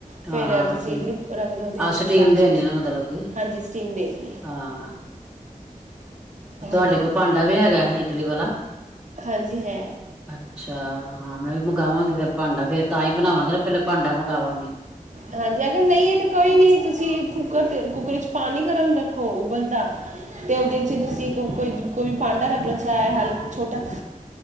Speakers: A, in the centre; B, on the right.
A: ਹਾਂ
B: ਫੇਰ ਤੁਸੀਂ
A: ਠੀਕ
B: ਇਡਲੀ ਰੱਖ ਦਿਉ ਉਹਦੇ
A: ਆਹ ਸਟੀਮ
B: ' ਸਭ
A: ਦੇਣੀ ਨਾ ਮਤਲਬ ਕਿ
B: ਹਾਂਜੀ ਸਟੀਮ ਦੇਣੀ ਹੈ
A: ਹਾਂ
B: ਹਾਂਜੀ
A: ਤੁਹਾਡੇ ਕੋਲ ਭਾਂਡਾ ਵੀ ਹੈਗਾ ਇਟਲੀ ਵਾਲਾ
B: ਹਾਂਜੀ ਹੈ
A: ਅੱਛਾ ਹਾਂ ਮੈਂ ਵੀ ਮੰਗਵਾਂਗੀ ਫੇਰ ਭਾਂਡਾ ਫੇਰ ਤਾਂ ਹੀ ਬਣਾਵਾਂਗੇ ਨਾ ਪਹਿਲਾਂ ਭਾਂਡਾ ਮੰਗਵਾਂਗੀ
B: ਹਾਂਜੀ ਅਗਰ ਨਹੀਂ ਹੈ ਤਾਂ ਕੋਈ ਨੀ ਤੁਸੀਂ ਕੁੂੱਕਰ ਤੇ ਕੁੱਕਰ ਚ ਪਾਣੀ ਗਰਮ ਰੱਖੋ ਉਬਲ ਦਾ ਤੇ ਉਹਦੇ ਚ ਤੁਸੀਂ ਕੋਈ ਕੋਈ ਵੀ ਭਾਂਡਾ ਰੱਖ ਲੋ ਚਾਹੇ ਹਲ ਛੋਟਾ।